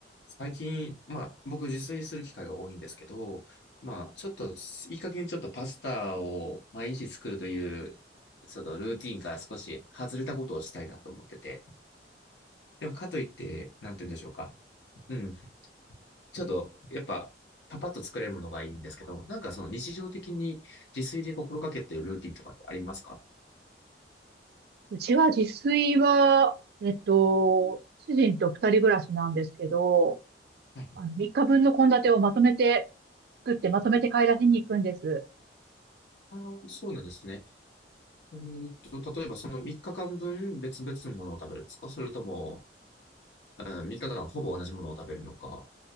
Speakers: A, on the left; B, on the right.
A: 最近、まあ、僕自炊する機会が多いんですけど、まあ、ちょっと、いい加減ちょっとパスタを毎日作るという、ちょっとルーティンから少し外れたことをしたいなと思ってて。でも、かといって、なんて言うんでしょうか。うん。ちょっと、やっぱ、パパッと作れるものがいいんですけど、なんかその日常的に自炊で心がけているルーティンとかってありますか
B: うちは自炊は、えっと、主人と二人暮らしなんですけど、
A: はい。
B: あの、三日分の献立をまとめて作って、まとめて買い出しに行くんです。
A: あー、そうなんですね。うーんと、例えばその3日間分別々のものを食べるんですかそれとも、うん、3日間ほぼ同じものを食べるのか、